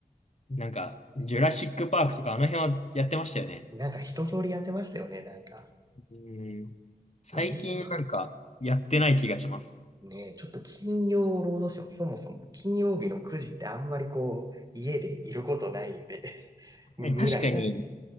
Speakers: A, on the left; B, on the right.
A: なんか、ジュラシックパークとか、あの辺はやってましたよね。
B: なんか一通りやってましたよね、なんか。
A: うん。最近なんか、
B: まあ今
A: やってない気がします。
B: ね、ちょっと金曜ロードショー、そもそも金曜日の9時ってあんまりこう、家でいることないんで、<laughs> 見なくなっ
A: ね確かに、